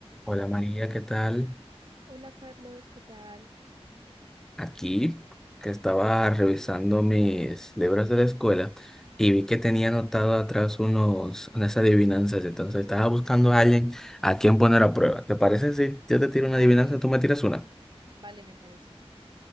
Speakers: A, in the centre; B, on the right (about 45°).
A: Hola María, ¿qué tal?
B: Hola Carlos, ¿qué tal?
A: Aquí que estaba revisando mis libros de la escuela y vi que tenía anotado atrás unos, unas adivinanzas, entonces estaba buscando a alguien a quien poner a prueba. ¿Te parece si yo te tiro una
B: Vale,
A: adivinanza, tú me tiras una?
B: vale, me parece.